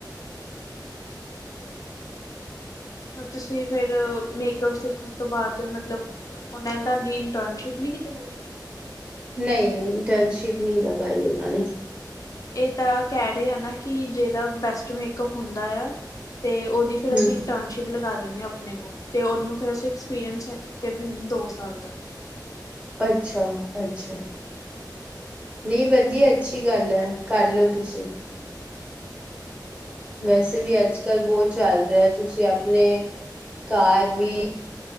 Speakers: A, on the left (about 45°); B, on the right (about 15°).
A: ਹ ਤੁਸੀਂ ਫਿਰ, ਮੇਕਅੱਪ ਸਿੱਖਣ ਤੋਂ ਬਾਅਦ ਮਤਲਬ ਉਹਨਾਂ ਨੇ ਤੁਹਾਡੀ ਇੰਟਰਨਸ਼ਿਪ ਨੀ ਕਿਤੇ ਲਗਾਈ ਸੀ।
B: ਨਹੀਂ-ਨਹੀਂ ਇੰਟਰਨਸ਼ਿਪ ਨਹੀਂ ਲਗਾਈ ਉਹਨਾਂ ਨੇ
A: ਇਹ ਤਾਂ ਕਹਿ ਰਹੇ ਆ ਨਾ ਕਿ, ਜਿਹਦਾ ਬੈਸਟ ਮੇਕਅਪ ਹੁੰਦਾ ਆ, ਤੇ ਉਹਦੀ ਫੇਿਰ
B: ਹੂੰ
A: ਅਸੀਂ ਇਟਰਨਸ਼ਿਪ ਲਗਾ ਦਿੰਦੇ ਆਪਣੇ ਕੋਲ ਤੇ, ਉਨੂੰ ਫਿਰ ਅਸਪਕੇਟ ਦਿੰਦੇ ਦੋ ਸਾਲ ਦਾ
B: ਅੱਛਾ- ਅੱਛਾ
A: ਹਾਂਜੀ।
B: ਨਹੀਂ, ਵਧੀਆ ਅੱਛੀ ਗੱਲ ਹੈ, ਕਰ ਲਓ ਤੁਸੀਂ ਵੈਸੇ ਵੀ ਅੱਜ
A: ਹਮ
B: -ਕੱਲ੍ਹ ਬਹੁਤ ਚੱਲ ਰਿਹਾ, ਤੁਸੀਂ ਆਪਣੇ ਘਰ ਵੀ